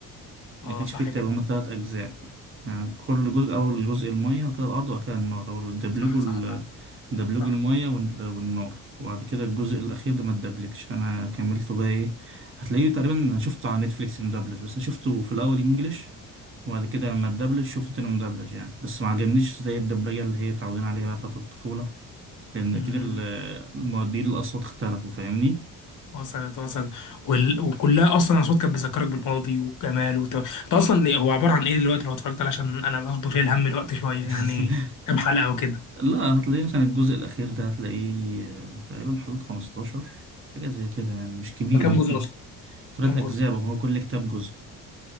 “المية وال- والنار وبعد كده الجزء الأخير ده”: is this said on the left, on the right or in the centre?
Right